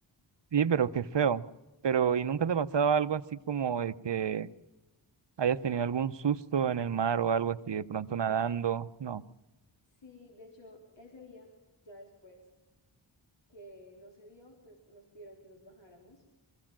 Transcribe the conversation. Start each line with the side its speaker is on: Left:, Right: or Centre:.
Right: Sí, pero qué feo. Pero, ¿y nunca te pasaba algo así como de que hayas tenido algún susto en el mar o algo así, de pronto nadando? No.
Left: Sí, de hecho, ese día, ya después que no se dio, pues nos pidieron que nos bajáramos